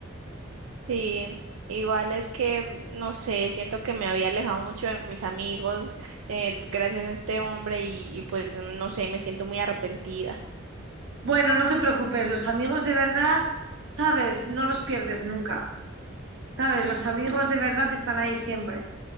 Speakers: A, on the right; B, on the right.
A: Sí, igual es que, mm, no sé, siento que me había alejado mucho de mis amigos, eh, gracias a este hombre y, y pues, no sé, me siento muy arrepentida.
B: Bueno, no te preocupes, los amigos de verdad, sabes, no los pierdes nunca, sabes, los amigos de verdad están ahí siempre.